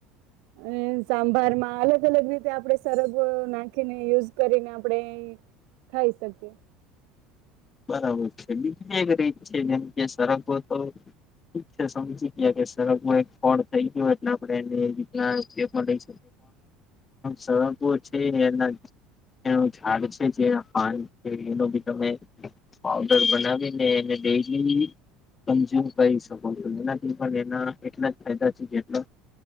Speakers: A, on the right; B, on the left.
A: અને સાંભાર માં અલગ અલગ રીતે આપણે સરગ નાખીને યુઝ કરીને આપણે ખાઈ શકીએ.
B: બીજી એક રીત છે જેમ કે સરગો તો છે સમજી ગયા કે સરગો એક ફળ થઈ ગયો એટ આપ શકીએ પણ સરગો છે એના એનું ઝાડ છે જે પાન છે એનો બી તમે પાવડર બનાવીને એને ડેલી કન્ઝ્યુમ કરી શકો છો એનાથી પણ એના એટલા જ. ફાયદા છે કે જેટલા